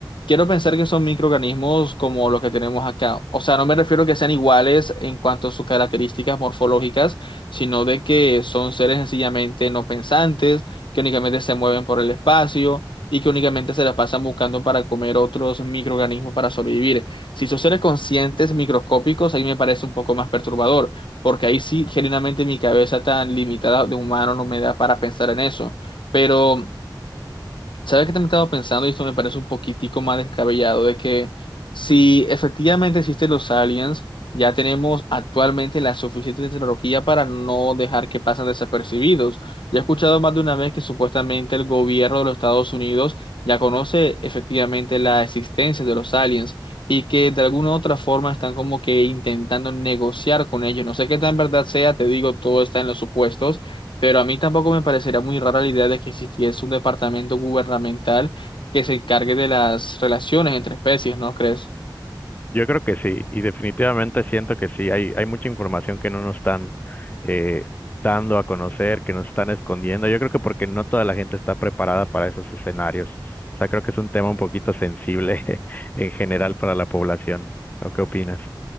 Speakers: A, on the left; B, on the left.
A: quiero pensar que son microorganismos como los que tenemos acá. O sea, no me refiero que sean iguales en cuanto a sus características morfológicas, sino de que son seres sencillamente no pensantes, que únicamente se mueven por el espacio y que únicamente se la pasan buscando para comer otros microorganismos para sobrevivir. Si son seres conscientes microscópicos, ahí me parece un poco más perturbador, porque ahí sí, genuinamente mi cabeza tan limitada de humano no me da para pensar en eso. Pero ¿Sabes qué te he estado pensando? Y esto me parece un poquitico más descabellado, de que si efectivamente existen los aliens, ya tenemos actualmente la suficiente tecnología para no dejar que pasen desapercibidos. Ya he escuchado más de una vez que supuestamente el gobierno de los Estados Unidos ya conoce efectivamente la existencia de los aliens y que de alguna u otra forma están como que intentando negociar con ellos. No sé qué tan verdad sea, te digo, todo está en los supuestos pero a mí tampoco me parecería muy rara la idea de que existiese un departamento gubernamental que se encargue de las relaciones entre especies, ¿no crees?
B: Yo creo que sí, y definitivamente siento que sí, hay, hay mucha información que no nos están eh, dando a conocer, que nos están escondiendo. Yo creo que porque no toda la gente está preparada para esos escenarios. O sea, creo que es un tema un poquito sensible <laughs> en general para la población. ¿O qué opinas?